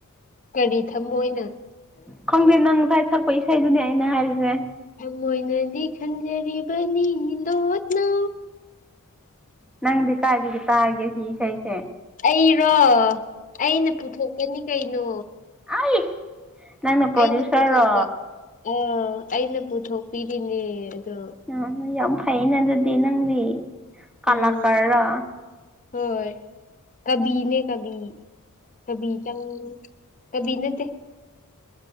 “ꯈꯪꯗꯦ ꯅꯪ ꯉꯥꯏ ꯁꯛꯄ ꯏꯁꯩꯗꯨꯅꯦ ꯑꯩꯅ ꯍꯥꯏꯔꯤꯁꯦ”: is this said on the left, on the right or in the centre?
Centre